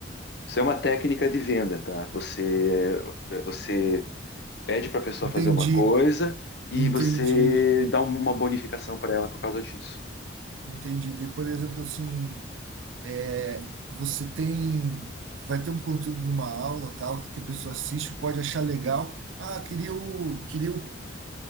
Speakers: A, on the left; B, on the right.
A: Isso é uma técnica de venda, tá? Você, você pede para a pessoa
B: Entendi,
A: fazer uma coisa e
B: entendi,
A: você dá um, uma bonificação para ela por causa disso.
B: entendi. De, por exemplo, assim, é, você tem, vai ter um conteúdo de uma aula, tal, que a pessoa assiste, pode achar legal. Ah, queria o, queria o